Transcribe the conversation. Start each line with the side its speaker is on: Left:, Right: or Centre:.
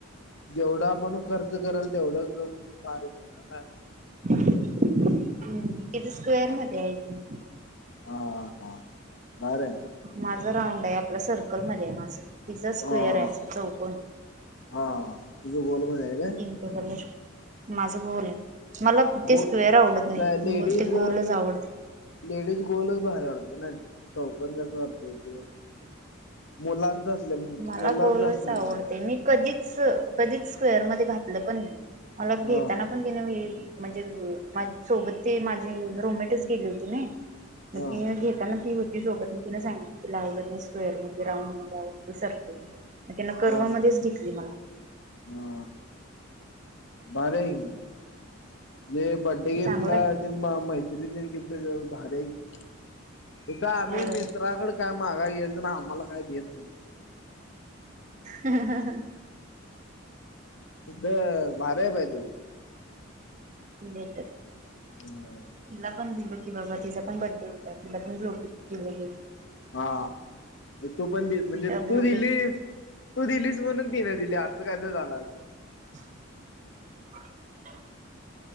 Left: जेवढा आपण खर्च करल तेवढं भारी मिळणार ना,
Right: हम्म किती स्क्वेअर मध्ये आहे.
Left: हा हा भारी आहे.
Right: माझं राऊंड आहे आपल्या सर्कलमध्ये माझ तिचं स्क्वेअर
Left: हा
Right: आहे असं चौकण.
Left: हा तुझं गोल मध्ये आहे काय.
Right: पिंक कलर माझं गोल आहे. मला ते
Left: गो
Right: स्क्वेर आवडत नाही,
Left: काय लेडीज
Right: ते गोलच आवडतं ‌.
Left: लेडीज गोलच भारी वाटत नाय ते चौकन कसं वाटतेय ते, मुलांच असल्या
Right: मला
Left: मुलांच
Right: गोलच
Left: असल्या
Right: आवडते
Left: वाणी वाटतंय
Right: मी कधीच कधीच स्क्वेअर मध्ये घातलं पण मला घेताना
Left: हा
Right: पण तिने व म्हणजे माझी सोबत ती माझी रूममेटच गेली होती ना,
Left: हा
Right: मग ती घेताना ती होती सोबत मी ति सांगितली तिला आवडत नाही स्क्वेअर म राऊंड मध्ये आवडत. ते सर्कल कर्व
Left: हा
Right: मध्येच घेतली मला.
Left: हा भारी आहे की म्हणजे बड्डे गिफ्टला-
Right: चांगलं आहे
Left: मैत्रिण गिफ्ट देतात म भारी आहे की, इथ आम्ही
Right: होय
Left: मित्राकड काय मागाय गेल तर ना आम्हाला काय देत नाही.
Right: हा हा हा
Left: इथं भारी आहे बाय तुझ.
Right: देत्यात
Left: हा <inaudible>
Right: तिला पण दिल की बाबा तिचा पण बड्डे होता तिला पण <unintelligible> दिलो की
Left: हा तू पण म्हणजे
Right: त्या ब्लूटूथ
Left: तू दिलीस तू दिलीस म्हणून तिनं दिली. अस काय तर झालं असलं.
Right: <inaudible>